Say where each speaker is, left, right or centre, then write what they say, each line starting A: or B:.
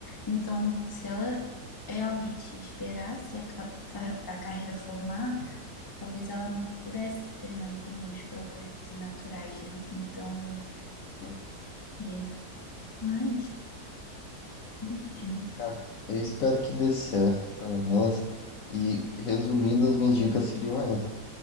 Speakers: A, on the left; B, on the left.
A: Então, se ela realmente esperar se a, a carreira formar, talvez ela não pudesse ser mãe por meios próprios e naturais, né? Então,
B: Enfim,
A: é, mas, enfim,
B: Cara, eu espero que dê certo pra elas. E resumindo, as minhas dicas seriam essas.